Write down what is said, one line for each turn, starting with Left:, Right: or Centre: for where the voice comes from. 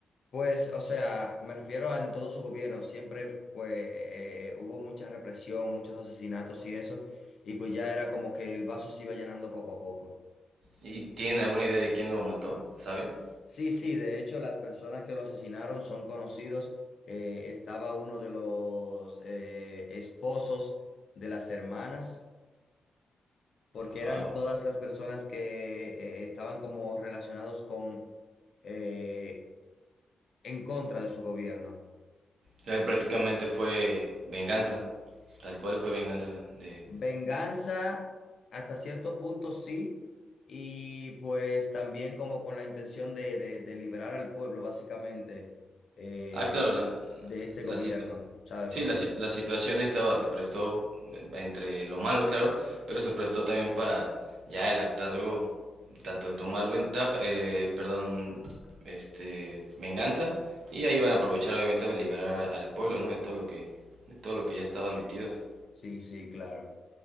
Left: Pues, o sea, me refiero a en todo su gobierno, siempre pues eh, eh, hubo mucha represión, muchos asesinatos y eso, y pues ya era como que el vaso se iba llenando poco a poco.
Right: ¿Y tienen alguna idea de quién lo mató? ¿Saben?
Left: Sí, sí, de hecho las personas que lo asesinaron son conocidos. Eh, estaba uno de los eh, esposos de las hermanas, porque
Right: Wow.
Left: eran todas
Right: O
Left: las personas que eh, estaban como relacionados con eh, en contra de su gobierno.
Right: sea que prácticamente fue venganza. Tal cual fue venganza de,
Left: Venganza hasta cierto punto sí, y pues también como con la intención de, de, de liberar al pueblo básicamente eh,
Right: Ah, claro, la,
Left: de este
Right: la
Left: gobierno,
Right: situación.
Left: ¿sabes?
Right: Sí,
Left: Porque
Right: la, sit- la situación ahí estaba, se prestó eh, entre lo malo, claro, pero se prestó también para ya el hartazgo, tanto de tomar ventaja, eh, perdón, este, venganza, y ahí van a aprovechar obviamente a liberar a- al pueblo, ¿no? De todo lo que, de todo lo que ya estaban metidos.
Left: sí, sí, claro.